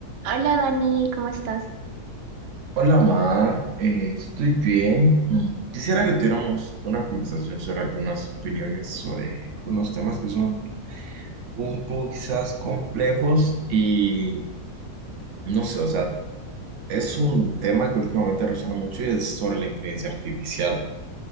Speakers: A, on the right (about 85°); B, on the right (about 70°).
A: Hola Dani, ¿cómo estás?
B: Hola Mar, Eh, estoy bien. Mm, Quisiera que tuviéramos una conversación sobre algunas opiniones, sobre algunos temas que son un poco quizás complejos y no sé, o sea, es un tema que últimamente resuena mucho y es sobre la inteligencia artificial.